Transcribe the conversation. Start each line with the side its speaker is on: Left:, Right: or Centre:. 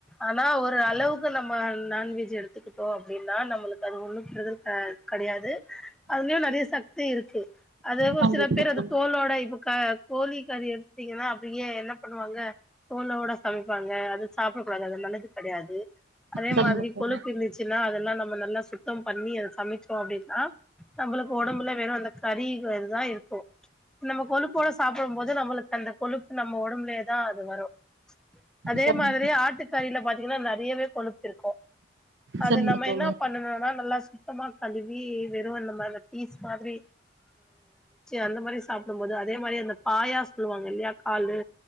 Centre: ஆனா ஒரு அளவுக்கு நம்ம நான்வெஜ் எடுத்துக்கிட்டோ அப்டின்னா நம்மளுக்கு அது ஒண்ணு பெரு ஆ கடையாது அதுலயு நறைய சக்தி இருக்கு அது
Right: கண்டிப்பா
Centre: ஒரு சில பேர் அது
Right: தோழி
Centre: தோலோட இப்ப க கோழி கரி எடுத்துட்டீங்கன்னா அப்டியே என்ன பண்ணுவாங்க தோளோட சமைப்பாங்க அது சாப்பிட கூடாது அதுல்லா நல்லது கெடையாது அதே
Right: சரிங்க
Centre: மாதிரி
Right: தோழி
Centre: கொழுப்பு இருந்துச்சுன்னா அதெல்லா நம்ம நல்லா சுத் தம் பண்ணி அத சமைச்சோ அப்டின்னா நம்மளுக்கு ஒடம்புல வெறு அந்த கரிங்ரதுதா இருக்கு நம்ம கொழுப்போட சாப்டும் போது நம்மளுக்கு அந்த கொழுப்பு நம்ம ஒடம்புலயே தா அது வரு அதே
Right: சரிங்க தோழி
Centre: மாதிரியே ஆட்டுக்கறில பாத்தீங்கன்னா நர் றயவே கொழுப்பு இருக்கும் அது
Right: சரிங்க
Centre: நம்ம
Right: தோழி
Centre: என்ன பண்ணனுனா நல்லா சுத் வி வெறு அந்த மாரி அந்த பீஸ் மாதிரி அந்த மாரி சாப்டும் போது அதே மாரி அந்த பாயா சொல்லுவாங்க இல்லயா காலு